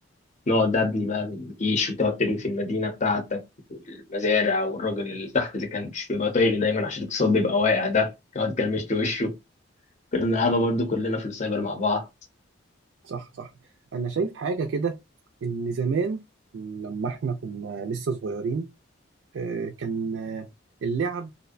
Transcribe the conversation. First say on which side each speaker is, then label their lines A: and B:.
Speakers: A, on the left (about 35°); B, on the right (about 75°).
A: نقعد ابني بقى من الجيش وتقعد تبني في المدينة بتاعتك المزارع والراجل اللي تحت اللي كان مش بيبقى طايق لي دايما عشان الاقتصاد بيبقى واقع ده يقعد كرمش وشه كنا بنلعبها برضه كلنا في السايبر مع بعض
B: صح صح انا شايف حاجة كده ان زمان لما احنا كنا لسه صغيرين آه، كان آه، اللعب